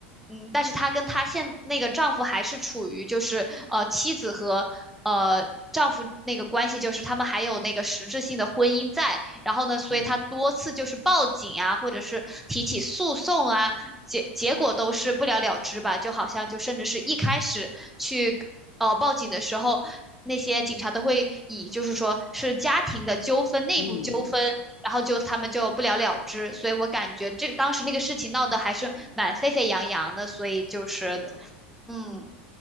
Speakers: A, in the centre; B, on the left.
A: 嗯，但是她跟她现那个丈夫还是处于就是呃妻子和呃。丈夫那个关系就是他们还有那个实质性的婚姻在，然后呢，所以她多次就是报警啊，
B: 嗯，
A: 或者是提起诉讼啊，结结果都是不了了之吧，就好像就甚至是一开始去呃报警的时候，那些警察都会以就是说是家庭的纠纷、内部纠纷，
B: 嗯，
A: 然后就他们就不了了之，所以我感觉这当时那个事情闹得还是蛮沸沸扬扬的，所以就是
B: 是的，
A: 嗯。